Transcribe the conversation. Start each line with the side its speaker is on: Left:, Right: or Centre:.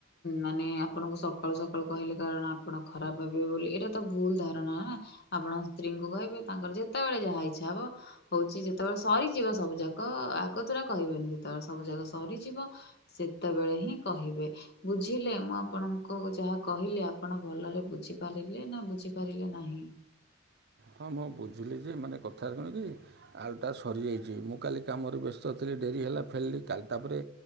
Left: ମାନେ ଆପଣଙ୍କୁ ସକାଳୁ ସକାଳୁ କହିଲେ, କାରଣ ଆପଣ ଖରାପ ଭାବିବେ ବୋଲି ଏଇଟା ତ ଭୁଲ ଧାରଣା ନା। ଆପଣ ସ୍ତ୍ରୀଙ୍କୁ କହିବେ, ତାଙ୍କର ଯେତେବେଳେ ଯାହା ଇଚ୍ଛା ହବ। ହଉଛି ଯେତେବେଳେ ସରିଯିବ ସବୁ ଯାକ ଆଗତୁରା କହିବେନି, ଯେତେବେଳେ ସବୁ ଯାକ ସରିଯିବ। ସେତେବେଳେ ହିଁ କହିବେ। ବୁଝିଲେ, ମୁଁ ଆପଣଙ୍କୁ ଯାହା କହିଲି, ଆପଣ ଭଲରେ ବୁଝିପାରିଲେ ନା ବୁଝିପାରିଲେ ନାହିଁ।
Right: ହଁ, ହଁ ବୁଝିଲି ଯେ ମାନେ କଥା ରା କଣ କି? ଆଳୁଟା ସରିଯାଇଛି, ମୁଁ କାଲି କାମରେ ବ୍ୟସ୍ତ ଥିଲି ଡେରି ହେଲା ଫେରିଲି କାଲି ତା ପରେ